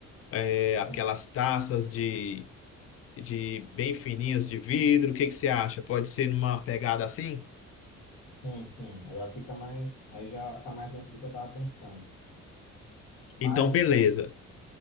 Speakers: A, on the left (about 50°); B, on the left (about 80°).
A: é,
B: sim,
A: aquelas taças de, de bem fininhas de vidro. O que que você acha? Pode ser numa pegada assim?
B: sim, sim. Já fica mais, aí já tá mais dentro do que eu tava pensando. Mas
A: Então, beleza.
B: te-